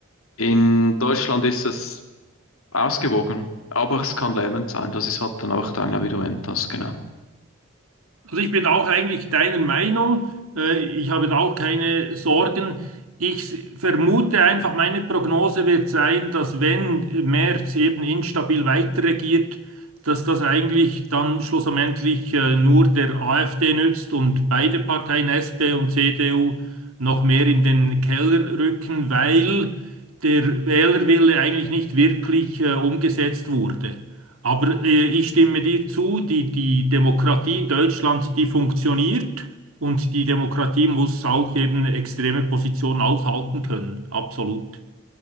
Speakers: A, on the left; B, on the right.
A: In Deutschland ist es ausgewogen, aber es kann lähmend sein. Das ist halt dann auch dann ja, wie du erwähnt hast, genau.
B: Also ich bin auch eigentlich deiner Meinung. Äh, Ich habe da auch keine Sorgen. Ich s- vermute einfach, meine Prognose wird sein, dass wenn Merz eben instabil weiterregiert, dass das eigentlich dann schlussendlich äh, nur der AfD nützt und beide Parteien, SP und CDU, noch mehr in den Keller rücken, weil der Wählerwille eigentlich nicht wirklich äh, umgesetzt wurde. Aber äh, ich stimme dir zu, die, die Demokratie in Deutschland, die funktioniert und die Demokratie muss auch eben extreme Positionen aushalten können. Absolut.